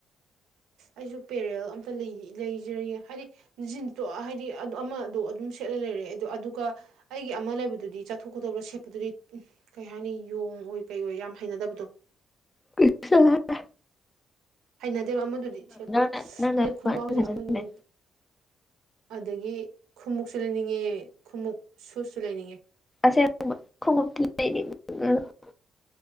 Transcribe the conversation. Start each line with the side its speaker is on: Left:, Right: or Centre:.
Right: ꯑꯩꯖꯨ ꯄꯦꯔꯦꯜ ꯑꯝꯇ ꯂꯩ ꯂꯩꯖꯔꯤꯌꯦ ꯍꯥꯏꯕꯗꯤ ꯖꯤꯟꯁꯇꯣ ꯍꯥꯏꯗꯤ ꯑꯃꯗꯣ ꯑꯗꯨꯝ ꯁꯦꯠꯅ ꯂꯩꯔꯂ ꯑꯗꯨ ꯑꯗꯨꯒ ꯑꯩꯒꯤ ꯑꯃ ꯂꯩꯕꯗꯨꯗꯤ ꯆꯠꯊꯣꯛ ꯈꯣꯇꯣꯛꯄꯗ ꯁꯦꯠꯄꯗꯨꯗꯤ ꯀꯩ ꯍꯥꯏꯅꯤ ꯌꯣꯡ ꯑꯣꯏ ꯀꯩ ꯑꯣꯏ ꯌꯥꯝ ꯍꯩꯅꯗꯕꯗꯣ
Left: ꯀꯩꯁꯨ ꯇꯧꯔꯣꯏꯍꯦ
Right: ꯍꯩꯅꯗꯦꯕ ꯑꯃꯗꯨꯗꯤ ꯁꯦꯠꯄꯗ
Left: ꯅꯪꯅ ꯅꯪꯅ
Right: ꯑꯩꯅ ꯈꯣꯡꯒ꯭ꯔꯥꯎꯁꯦ
Left: ꯐꯖꯅ
Right: ꯑꯃꯅꯤ ꯑꯗꯒꯤ ꯈꯨꯝꯃꯨꯛꯁꯨ ꯂꯩꯅꯤꯡꯏ ꯈꯨꯃꯨꯛ ꯁꯨꯁꯁꯨ ꯂꯩꯅꯤꯡꯏ
Left: ꯑꯁꯦꯡ ꯈꯣꯡꯎꯞꯇꯤ ꯂꯩꯅꯤꯡ <unintelligible>